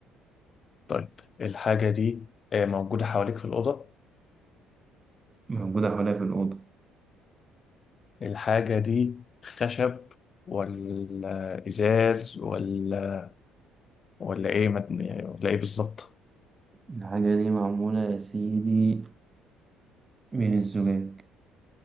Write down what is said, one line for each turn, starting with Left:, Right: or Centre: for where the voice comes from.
Left: طيب الحاجة دي آه، موجودة حواليك في الأوضة
Right: موجودة حواليا في الأوضة
Left: الحاجة دي خشب ولا إزاز ولا ولا إيه ما- يعني ولا إيه بالظبط؟
Right: الحاجة دي معمولة يا سيدي من الزجاج